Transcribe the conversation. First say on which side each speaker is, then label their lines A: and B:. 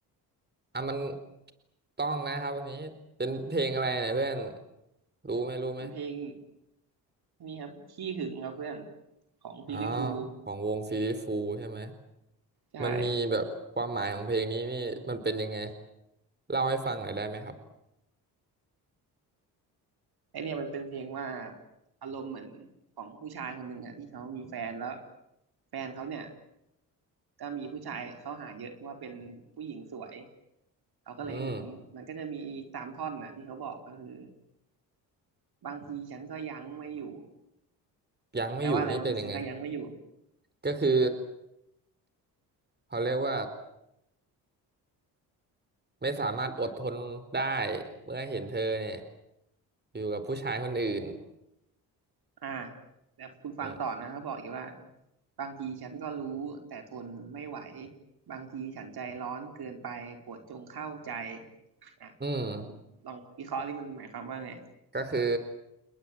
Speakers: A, on the right; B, on the right.
A: อ่ะมันต้องนะครับวันนี้เป็นเพลงอะไรเนี่ยเพื่อนรู้ไหมรู้ไหม
B: เป็นเพลงนี่ครับขี้หึงครับเพื่อนของฟิลลี่ฟูลส์
A: อ๋อของวงซีรีฟูใช่ไหม
B: ใช่
A: มันมีแบบความหมายของเพลงนี้นี่มันเป็นยังไงเล่าให้ฟังหน่อยได้ไหมครับ
B: ไอเนี่ยมันเป็นเพลงว่าอารมณ์เหมือนของผู้ชายคนหนึ่งอะที่เขามีแฟนแล้วแฟนเขาเนี่ยก็มีผู้ชายเข้าหาเยอะเพราะว่าเป็นผู้หญิงสวย เขาก็เลยหึงมันก็จะมีตามท่อนน่ะที่เขาบอกก็คือ
A: อืม
B: บางทีฉันก็ยั้งไม่อยู่
A: ยังไม่อยู่นี่เป็นยังไง
B: แปลว่าอะไรบางทีฉันก็ยั้งไม่อยู่
A: ก็คือเขาเรียกว่าไม่สามารถอดทนได้เมื่อเห็นเธอเนี่ยอยู่กับผู้ชายคนอื่น
B: อ่าแล้วคุณฟังต่อนะเขาบอกอีกว่า
A: อืม
B: บางทีฉันก็รู้แต่ทนไม่ไหวบางทีฉันใจร้อนเกินไปโปรดจงเข้าใจอ่ะ
A: อืม
B: ลองวิเคราะห์ที่มันหมายความว่าไง
A: ก็คือ